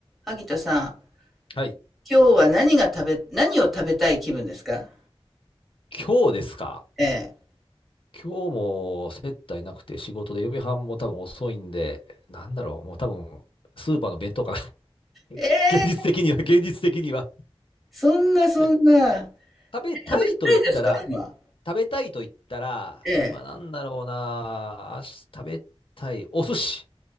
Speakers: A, in the centre; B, on the left.
A: 萩田さん、
B: はい。
A: 今日は何が食べ、何を食べたい気分ですか
B: 今日ですか。
A: ええ。
B: 今日も接待なくて仕事で予備班も多分遅いんで、なんだろう、もう多分スーパーの弁当かな。<laughs>
A: ええ、
B: 現実的には、現実的には。
A: そんなそんな。
B: いや、食べたいと言ったら、
A: 食べたいですか今。
B: 食べたいと言ったら、
A: ええ。
B: 今なんだろうな、あし食べたい、お寿司。